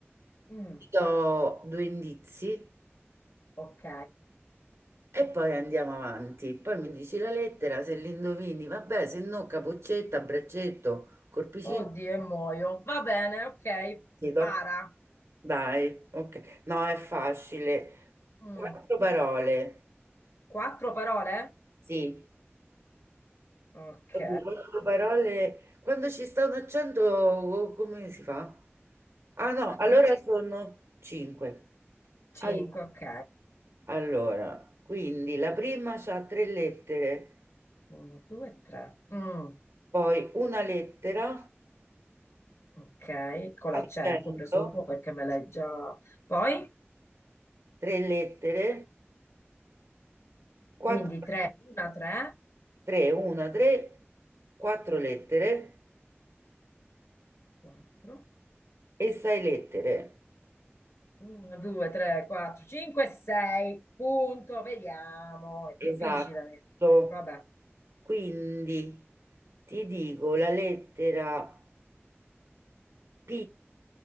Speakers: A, on the left; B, on the right.
A: Mm,
B: ti do due indizi
A: ok.
B: e poi andiamo avanti. Poi mi dici la lettera, se l'indovini, vabbè, se no capoccetta, braccetto, corpicino,
A: Oddio, e muoio. Va bene, ok. Spara.
B: ti do. Dai, ok. No, è facile.
A: Mm,
B: Quattro parole,
A: Quattro parole?
B: sì.
A: Ok.
B: Oddio, quattro parole. Quando ci sta un accento, oh, come si fa? Ah no, allora
A: Quando ci...
B: sono cinque.
A: Cinque,
B: All-
A: ok.
B: Allora, quindi la prima ha tre lettere,
A: Uno, due, tre. Mm,
B: poi una lettera,
A: ok, con
B: accento,
A: l'accento presumo perché me l'hai già. Poi,
B: tre lettere, quattro,
A: quindi 3, 1, 3,
B: tre, una, tre, quattro lettere
A: 4,
B: e sei lettere.
A: 1, 2, 3, 4, 5, 6. Punto, vediamo. È
B: Esatto.
A: difficile. mi- Vabbè,
B: Quindi ti dico la lettera. P